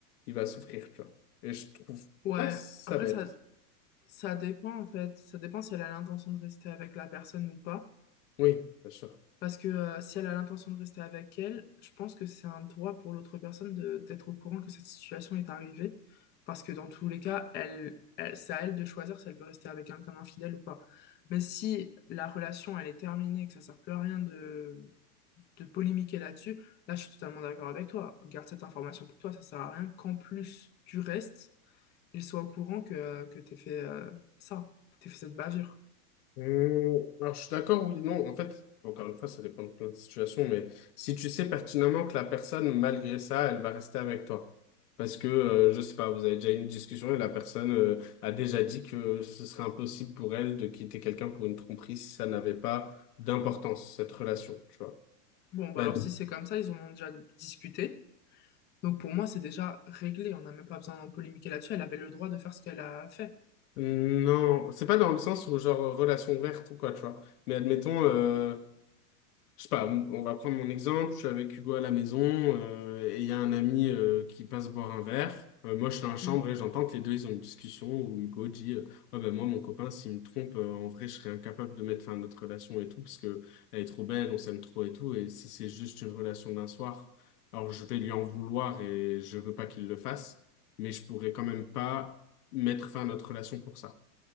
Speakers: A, on the left; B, on the left.
A: il va souffrir, tu vois. Et je trouve
B: ouais.
A: pas ça
B: Après,
A: bête.
B: ça, ça dépend en fait, ça dépend si elle a l'intention de rester avec la personne ou pas.
A: Oui, bien sûr.
B: Parce que euh, si elle a l'intention de rester avec elle, je pense que c'est un droit pour l'autre personne de d'être au courant que cette situation est arrivée. Parce que dans tous les cas, elle, elle- c'est à elle de choisir si elle veut rester avec quelqu'un d'infidèle ou pas. Mais si la relation, elle est terminée, que ça sert plus à rien de, de polémiquer là-dessus, là, je suis totalement d'accord avec toi. Garde cette information pour toi, ça sert à rien qu'en plus du reste, ils soient au courant que, que t'aies fait euh, ça, que t'aies fait cette bavure.
A: Euh, alors, je suis d'accord, oui, non, en fait, encore une fois, ça dépend de plein de situations, mais si tu sais pertinemment que la personne, malgré ça, elle va rester avec toi. Parce que, euh, je sais pas, vous avez déjà eu une discussion et la personne, euh, a déjà dit que ce serait impossible pour elle de quitter quelqu'un pour une tromperie si ça n'avait pas d'importance, cette relation, tu vois.
B: Bon, bah
A: Bah,
B: alors si c'est comme ça, ils en ont déjà discuté. Donc pour moi, c'est déjà réglé. On n'a même pas besoin de polémiquer là-dessus. Elle avait le droit de faire ce qu'elle a fait.
A: non, c'est pas dans le sens où, genre, relation ouverte ou quoi, tu vois. Mais admettons, euh, Je sais pas, on, on va prendre mon exemple. Je suis avec Hugo à la maison euh, et il y a un ami euh, qui passe boire un verre. Euh, moi, je suis dans la chambre
B: Mm.
A: et j'entends que les deux, ils ont une discussion où Hugo dit euh, Ouais, ben moi, mon copain, s'il me trompe, euh, en vrai, je serais incapable de mettre fin à notre relation et tout parce que elle est trop belle, on s'aime trop et tout. Et si c'est juste une relation d'un soir, alors je vais lui en vouloir et je veux pas qu'il le fasse, mais je pourrais quand même pas mettre fin à notre relation pour ça.